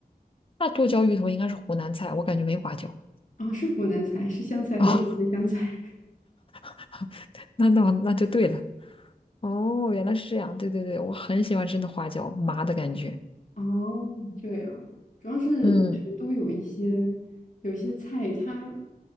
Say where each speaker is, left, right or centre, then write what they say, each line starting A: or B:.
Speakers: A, on the left; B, on the left.
A: 那剁椒鱼头应该是湖南菜，我感觉没花椒。
B: 啊，是湖南菜，是湘菜，很有名的湘菜。
A: 哦，<laughs> 那那那就对了。哦，原来是这样。对对对，我很喜欢吃那花椒麻的感觉。
B: 哦，这样，主要是成都有一些有一些菜，
A: 嗯
B: 它